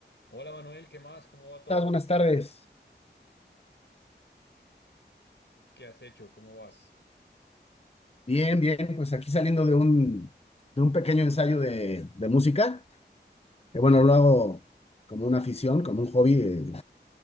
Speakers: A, on the left (about 80°); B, on the left (about 35°).
A: Hola Manuel, ¿qué más? ¿Cómo va todo?
B: estás? Buenas tardes.
A: ¿Qué has hecho? ¿Cómo vas?
B: Bien, bien, pues aquí saliendo de un, de un pequeño ensayo de, de música, que bueno, lo hago como una afición, como un hobby, eh,